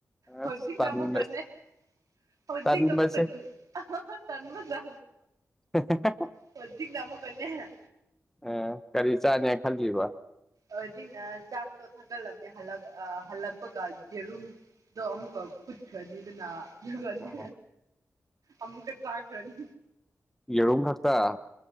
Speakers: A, on the right; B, in the centre.
A: ꯍꯧꯖꯤ
B: ꯑꯁ ꯇꯟꯕ
A: ꯅꯃ ꯀꯟꯅꯦ ꯍꯧꯖꯤꯤꯡ
B: ꯇꯟꯕꯁꯦ
A: ꯅꯝꯕ ꯀ ꯑꯗꯨ ꯇꯟꯃꯗ
B: <unintelligible>
A: ꯁꯗꯤꯒ ꯅꯃ ꯀꯅꯦ
B: ꯑ ꯀꯔꯤ ꯆꯥꯅꯤ ꯈꯜꯂꯤꯜꯂꯤꯕ
A: ꯍꯧꯖꯤꯛꯅ ꯆꯥꯛꯇꯣ ꯊꯛꯀꯠꯂꯝꯃꯦ ꯑ ꯍꯜꯂꯛꯄꯒ ꯌꯦꯔꯨꯝ ꯑꯗꯣ ꯑꯃꯨꯛꯀ ꯄꯨꯠꯈꯅꯤꯗꯅ ꯒꯅꯤ
B: ꯑꯣ
A: ꯑꯃꯃꯨꯀ ꯆꯥꯒꯅꯤ
B: ꯌꯦꯔꯝ ꯊꯥꯛꯇꯥ